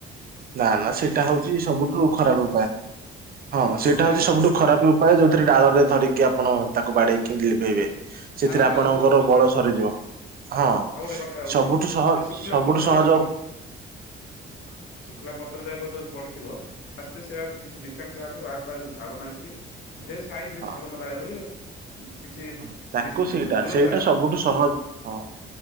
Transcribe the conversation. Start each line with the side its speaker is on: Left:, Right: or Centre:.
Right: ନା ନା ସେଇଟା ହଉଚି ସବୁଠୁ ଖରାପ ଉପାୟ ହଁ ସେଇଟା
Left: ଓହୋ
Right: ହଉଛି
Left: ଏକ
Right: ସବୁଠୁ
Left: ଗୋଟେ ହବ
Right: ଖରାପ ଉପ <unintelligible> ଯୋଉଥିରେ ଡାଳରେ ଧରିକି ଆପଣ ତାକୁ ବାଡେଇକି ଲିଭେଇବେ। ସେଥିରେ
Left: ଆଉ
Right: ଆପଣଙ୍କର
Left: ଆଉ ଯୋଉ ଯୋଉ ପ
Right: ବଳ ସରିଯିବ। ହଁ
Left: ଆଉ ଗୋଟେ କଥା ହଉଛି
Right: ସବୁଠୁ ସହ
Left: ଯେ ଶୁଖିଲା
Right: ସବୁଠୁ
Left: ପତ୍ର
Right: ସହଜ
Left: ଯାକ
Right: ଉ
Left: ଶୁକିଲା ପତ୍ର ଯାକ ଯୋ ପଡିଥିବ ଫାଷ୍ଟ ସେ ଆଗ କିଛି ଡିଷ୍ଟାନ୍ସ ରେ ଆଗ ବାହାର ଫାହର ଝାଡୁ ମାରିକିରି ଯେ ସାଇଜ୍ ରେ
Right: ହଁ।
Left: ଝାଡୁ ମାରିଲା ଭଳିଆ କରି କିଛି
Right: ହଁ ତାକୁ
Left: ଡିସ୍
Right: ସେଇଟା
Left: ଦୂ ଦୂରତା
Right: ସେଇଟା ସବୁଠୁ ସହଜ
Left: ଦୂର
Right: ହଁ।